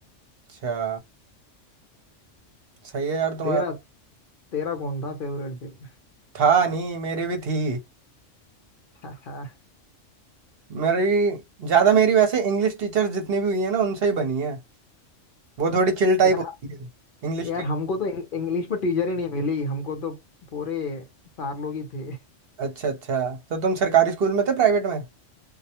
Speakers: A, on the right; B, on the left.
A: अच्छा सही है यार तुम्हारा
B: तेरा तेरा कौन था फेवरेट फिर
A: था नहीं मेरी भी थी
B: <laughs>
A: मेरी ज्यादा मेरी वैसे इंग्लिश टीचर्स जितनी भी हुई है ना उनसे ही बनी है वो थोड़ी चिल टाइप
B: यार
A: होती है इंग्लिश
B: यार
A: के
B: हमको तो इंग- इंग्लिश में टीचर ही नहीं मिली हमको तो पूरे चार लोग ही थे
A: अच्छा अच्छा तो तुम सरकारी स्कूल में थे प्राइवेट में